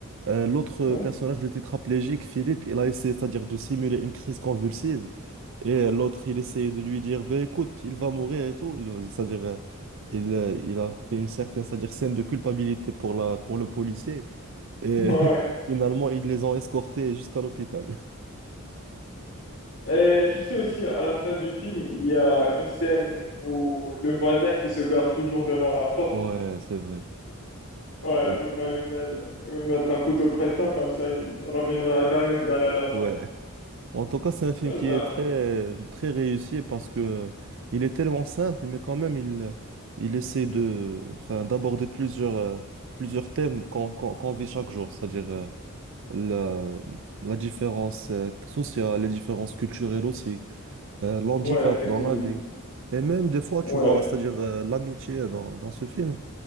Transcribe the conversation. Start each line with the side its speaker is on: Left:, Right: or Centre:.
Right: Euh, l'autre
Left: ouais.
Right: personnage,
Left: <laughs>
Right: le tétraplégique, Philippe, il a essayé, c'est-à-dire de simuler une crise convulsive. Et euh, l'autre, il essayait de lui dire, ben écoute, il va mourir et tout. Il, c'est-à-dire, euh, il, euh, il a fait une certaine, c'est-à-dire scène de culpabilité pour la, pour le policier. Et
Left: Ouais.
Right: <laughs> finalement, ils les ont escortés jusqu'à l'hôpital.
Left: Et tu sais aussi, à la fin du film, il y a une scène où le voisin qui se gare toujours devant la porte,
Right: Ouais, c'est vrai.
Left: ouais,
Right: Ouais,
Left: où il va lui mettre, lui mettre un coup de pression, comme ça il ne reviendra jamais se garer là-bas.
Right: ouais. En tout cas, c'est un film
Left: Ouais,
Right: qui
Left: ben,
Right: est très, très réussi parce que il est tellement simple, mais quand même, il, il essaie de, enfin, d'aborder plusieurs, euh, plusieurs thèmes qu'on qu'on, qu'on vit chaque jour, c'est-à-dire euh, la, la différence euh, sociale, les différences culturelles aussi, euh, l'handicap
Left: ouais, effectivement.
Right: dans la vie. Et même des fois,
Left: Ouais.
Right: tu vois, c'est-à-dire euh, l'amitié dans, dans ce film.